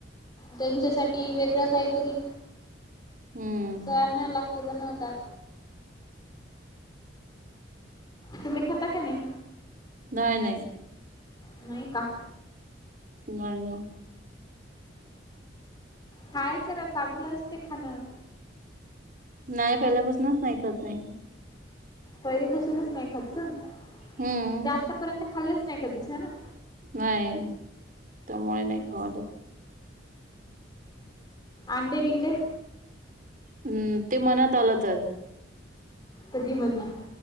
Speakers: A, on the left; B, on the right.
A: त्यांच्यासाठी वेगळं काहीतरी
B: हम्म
A: अस आणा लागते बनवतात. तुम्ही खाता का नाही?
B: नाही, नाही.
A: नाही का.
B: नाही ना.
A: खायचर चांगलं असते खाणं.
B: नाही पहिल्यापासूनच नाही खात मी.
A: पहिले पासूनच नाही खात का म्हणजे
B: हम्म
A: आतापर्यंत खाल्लंच नाही कधीच हैना?
B: नाही त्यामुळे नाही खाऊ वाटत.
A: अंडे गिंडे?
B: हम्म ते मनात आलं तर.
A: कधी, मधी.